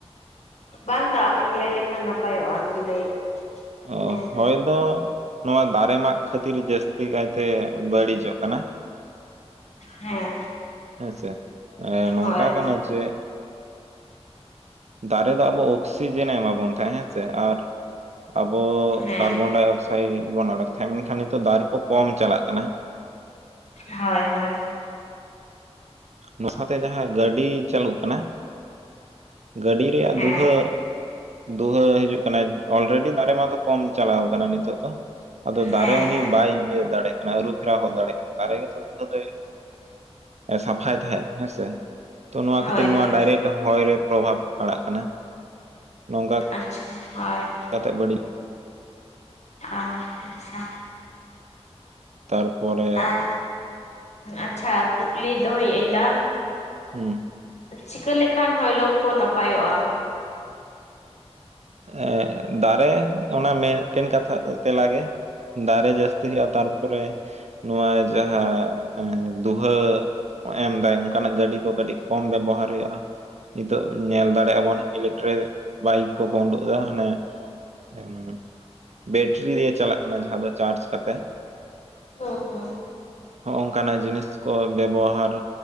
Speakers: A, on the left; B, on the right.
A: ᱵᱟᱝ ᱫᱟ ᱟᱢᱮᱢ ᱞᱟᱹᱭ ᱞᱮᱠᱷᱟᱱ ᱱᱟᱯᱟᱭᱚᱜᱼᱟ ᱟᱢᱜᱮ ᱞᱟᱹᱭ
B: ᱚ
A: ᱢᱮ
B: ᱦᱚᱭ ᱫᱚ ᱱᱚᱣᱟ ᱫᱟᱨᱮ ᱢᱟᱜ ᱠᱷᱟᱹᱛᱤᱨ ᱡᱟᱹᱥᱛᱤ ᱠᱟᱭᱛᱮ ᱵᱟᱹᱲᱤᱡᱚᱜ ᱠᱟᱱᱟ᱾ <inaudible>
A: ᱦᱮᱸ
B: ᱦᱮᱸᱥᱮ ᱱᱚᱝᱠᱟ
A: ᱦᱳᱭ
B: ᱠᱟᱱᱟ ᱡᱮ ᱫᱟᱨᱮ ᱫᱚ ᱟᱵᱚ ᱚᱠᱥᱤᱡᱮᱱᱮ ᱮᱢᱟ ᱵᱚᱱ ᱛᱟᱦᱮᱸᱫ ᱦᱮᱸᱥᱮ ᱟᱨ ᱟᱵᱚ
A: ᱦᱮᱸ
B: ᱠᱟᱨᱵᱚᱱᱰᱟᱭ ᱚᱠᱥᱟᱭ ᱤᱴ ᱵᱚᱱ ᱟᱲᱟᱜ ᱛᱟᱦᱮᱸᱜ ᱢᱮᱱᱠᱷᱟᱱ ᱱᱤᱛᱚᱜ ᱫᱟᱨᱮ ᱠᱚ ᱠᱚᱢ ᱪᱟᱞᱟᱜ ᱠᱟᱱᱟ᱾
A: ᱦᱳᱭ ᱦᱳᱭ
B: ᱱᱚᱥᱟᱛᱮ ᱡᱟᱦᱟᱸ ᱜᱟᱹᱰᱤ ᱪᱟᱹᱞᱩᱜ ᱠᱟᱱᱟ᱾ ᱜᱟᱹᱰᱤ ᱨᱮᱭᱟᱜ
A: ᱦᱮᱸ
B: ᱫᱩᱦᱟᱹ ᱫᱩᱦᱟᱹ ᱦᱤᱡᱩᱜ ᱠᱟᱱᱟᱭ ᱚᱞᱨᱮᱰᱤ ᱫᱟᱨᱮ ᱢᱟᱛᱚ ᱠᱚᱢ ᱪᱟᱞᱟᱣ ᱠᱟᱱᱟ ᱱᱤᱛᱚᱜ ᱫᱚ᱾ ᱟᱫᱚ ᱫᱟᱨᱮ
A: ᱦᱮᱸ
B: ᱩᱱᱤ
A: ᱦᱮᱸ
B: ᱵᱟᱭ ᱤᱭᱟᱹ ᱫᱟᱲᱮᱜ ᱠᱟᱱᱟ ᱟᱨᱩᱵ ᱯᱷᱮᱨᱟᱣ ᱦᱚ ᱫᱟᱲᱮᱜᱼᱟ ᱫᱟᱨᱮ ᱜᱮᱛᱚ ᱫᱩᱦᱟᱹ ᱫᱚᱭ ᱥᱟᱯᱷᱟᱭ ᱛᱟᱦᱮᱸᱫ ᱦᱮᱸᱥᱮ᱾ ᱛᱚ ᱱᱚᱣᱟ
A: ᱦᱳᱭ
B: ᱠᱷᱟᱹᱛᱤᱨ ᱱᱚᱣᱟ
A: ᱦᱳᱭ
B: ᱰᱟᱭᱨᱮᱠᱴ ᱦᱚᱭ ᱨᱮ ᱯᱨᱚᱵᱷᱟᱵᱽ ᱯᱟᱲᱟᱜ ᱠᱟᱱᱟ᱾ᱱᱚᱝ
A: ᱟᱪᱪᱷᱟ ᱦᱳᱭ
B: ᱠᱟᱛᱮ ᱵᱟᱹᱲᱤᱡ
A: ᱟᱪᱪᱷᱟ ᱪᱷᱟ
B: ᱛᱟᱨᱯᱚᱨᱮ
A: ᱟᱨ ᱟᱪᱪᱷᱟ ᱠᱩᱠᱞᱤᱭ ᱫᱚᱦᱚᱭᱮᱫᱟᱹᱧ ᱫᱟ᱾
B: ᱦᱩᱸ
A: ᱪᱤᱠᱟᱹ ᱞᱮᱠᱷᱟᱱ ᱦᱚᱭᱞᱚᱝ ᱠᱚ ᱱᱟᱯᱟᱭᱚᱜᱼᱟ?
B: ᱮ ᱫᱟᱨᱮ ᱚᱱᱟ ᱢᱤᱫᱴᱮᱱ ᱠᱟᱛᱷᱟ ᱫᱚ ᱛᱮᱞᱟᱜᱮ᱾ ᱫᱟᱨᱮ ᱡᱟᱹᱥᱛᱤ ᱦᱩᱭᱩᱜᱼᱟ, ᱛᱟᱨᱯᱚᱨᱮ ᱱᱚᱣᱟ ᱡᱟᱦᱟᱸ ᱮ ᱫᱩᱦᱟᱹ ᱚ ᱮᱢᱫᱟᱭ ᱚᱱᱠᱟᱱᱟᱜ ᱜᱟᱹᱰᱤ ᱠᱚ ᱠᱟᱹᱴᱤᱡ ᱠᱚᱢ ᱵᱮᱵᱚᱦᱟᱨ ᱦᱩᱭᱩᱜᱼᱟ᱾ ᱱᱤᱛᱚᱜ ᱧᱮᱞ ᱫᱟᱲᱮᱭᱟᱜ ᱟᱵᱚᱱ ᱤᱞᱮᱠᱴᱨᱤᱠ ᱵᱟᱭᱤᱠ ᱠᱚᱠᱚ ᱩᱰᱩᱠ ᱮᱫᱟ᱾ ᱦᱟᱱᱮ ᱮᱢᱚᱱ ᱵᱮᱴᱨᱤ ᱫᱤᱭᱮ ᱪᱟᱞᱟᱜ ᱠᱟᱱᱟ ᱡᱟᱦᱟᱸ ᱫᱚ ᱪᱟᱨᱡ ᱠᱟᱛᱮ᱾
A: ᱚ ᱦᱚᱸ <unintelligible>
B: ᱦᱚᱜ ᱚᱱᱠᱟᱱᱟᱜ ᱡᱤᱱᱤᱥ ᱠᱚ ᱵᱮᱵᱚᱦᱟᱨ